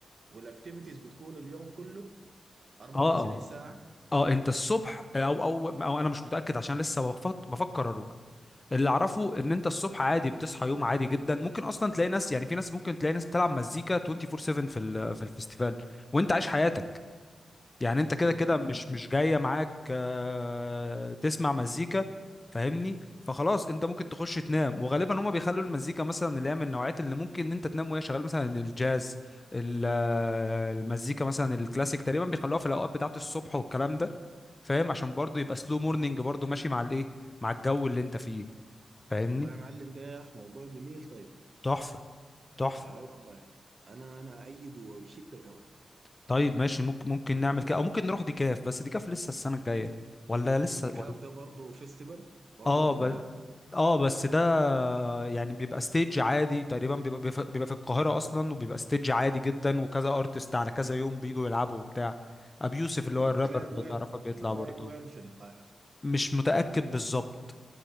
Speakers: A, on the right; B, on the left.
A: والاكتيفيتيز بتكون اليوم كله 24
B: اه اه
A: ساعة
B: اه انت الصبح او او او انا مش متاكد عشان لسه بفك- بفكر اروح اللي اعرفه ان انت الصبح عادي بتصحى يوم عادي جدا ممكن اصلا تلاقي ناس يعني في ناس ممكن تلاقي ناس بتلعب مزيكا 24/7 في ال- في الفيستيفال وانت عايش حياتك يعني انت كده
A: مهم.
B: كده مش مش جايه معاك آه، تسمع مزيكا فاهمني فخلاص انت ممكن تخش تنام وغالبا هما بيخلوا المزيكا مثلا اللي هي من النوعات اللي ممكن ان انت تنام وهي شغاله مثلا الجاز ال- آه، المزيكا مثلا الكلاسيك تقريبا بيخلوها في الاوقات بتاعه الصبح والكلام ده فاهم عشان برضو يبقى سلو مورنينج برضو ماشي مع الايه مع الجو اللي انت فيه فاهمني
A: والله يا معلم ده يا اخي موضوع جميل طيب
B: تحفه تحفه
A: اي والله انا انا ايده وبشدة كمان
B: طيب ماشي ممكن ممكن نعمل كده او ممكن نروح ديكاف بس ديكاف لسه السنه الجايه ولا لسه
A: بكاف
B: ولا
A: ده برضه فيستيفال برضه
B: اه
A: مهرجان
B: اه بس ده يعني بيبقى ستيج عادي تقريبا بيبقى بيف- بيبقى في القاهرة أصلا وبيبقى ستيج عادي جدا وكذا أرتست على كذا يوم بيجوا يلعبوا وبتاع أبي يوسف اللي
A: وبتلعب
B: هو الرابر اللي
A: وين
B: تعرفه بيطلع
A: وبتلعب
B: برضه
A: وين في القاهرة
B: مش متأكد بالظبط